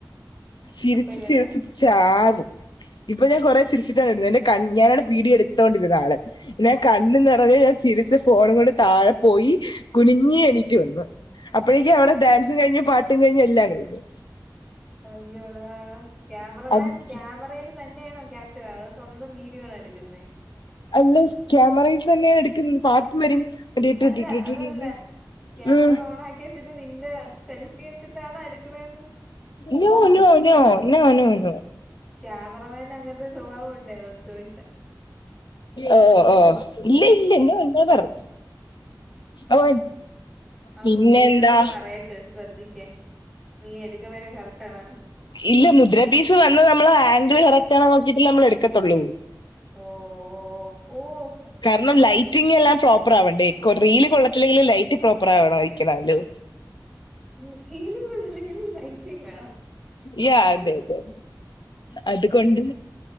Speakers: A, on the left; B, in the centre.
A: ചിരിച്ച്
B: അപ്പൊ ഇടണ്ട
A: ചിരിച്ച് ചാകും. ഇപ്പഴും കൊറേ ചിരിച്ചിട്ടാണ് <unintelligible> ത് എന്റെ കല്ല്യാ ഞാനാണ് വീഡിയോ എട്ത്തോണ്ടിരുന്നാള്. ഞാൻ കണ്ണ് നെറഞ്ഞ ഞാൻ ചിരിച്ച് ഫോണ് വീണ് താഴെ പോയി കുനിഞ്ഞ് എണീറ്റ് വന്ന്. അപ്പഴേക്ക് അവിടെ
B: ആടാ
A: ഡാൻസും കഴിഞ്ഞു പാട്ടും കഴിഞ്ഞു എല്ലാം കഴിഞ്ഞു
B: അയ്യോടാ ക്യാമറമാൻ
A: അത്
B: ക്യാമറയിൽ തന്നെയാണോ ക്യാപ്ചർ അത് സ്വന്തം വീഡിയോ ആണോ എടുക്കുന്നത്
A: അല്ലേസ് ക്യാമറയിൽ തന്നെയാ എടുക്കുന്നത് പാട്ടും വരും മറ്റേ ടു
B: അല്ല
A: ടു ടു ടു
B: അതല്ല
A: ടു ടു.
B: ക്യാമറ
A: ഉം.
B: ഓൺ ആക്കി വെച്ചിട്ട് നിന്റെ സെൽഫി വെച്ചിട്ടാണോ എടുക്കണന്ന്
A: നൂ നു നു നു നൂ നു
B: ക്യാമറമാൻ അങ്ങനത്തെ ഒരു സ്വഭാവം ഉണ്ട് അതുകോണ്ട് ചോദിച്ചാ
A: ഓഹ് ഓഹ് ഇല്ല ഇല്ല ഇന്ന ഉണ്ടാ പറ ഓ
B: ആഹ്
A: പിന്നെന്താ
B: മുതിരടുത്തൊന്ന് പറയട്ടെ ശ്രദ്ധിക്കേ നീ എടുക്കണൊക്കെ കറക്റ്റണോ
A: ഇല്ല. മുദ്ര പീസ് വന്ന നമ്മള് ആംഗിള് കറക്റ്റ് ആണ നോക്കിയിട്ട് നമ്മൾ എടുക്കത്തുള്ളൂ
B: ഓഹ് ഓഹ് ഓഹ്
A: കാരണം ലൈറ്റിംഗല്ലാം പ്രോപ്പർ ആവണ്ടേ കൊട് റീൽ കൊള്ളത്തില്ലെങ്കിൽ ലൈറ്റ് പ്രോപ്പർ ആവണംഴിക്കണല്ലോ
B: മുർഹീൽ കൊണ്ടല്ലെങ്കിൽ ലൈറ്റും വേണം
A: യാ അതെ
B: അത്
A: അതെ അത് കൊണ്ട്